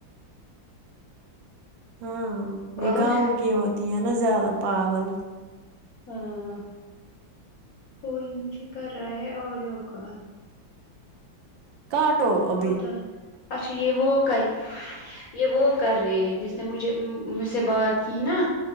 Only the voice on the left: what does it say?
اور
ہاں کوئی مجھے کر رہا ہے آڈیو کال
پتہ ہے اچھا یہ وہ کائی یہ وہ کر رہی ہے جس نے مجھے مجھ سے بات کی نا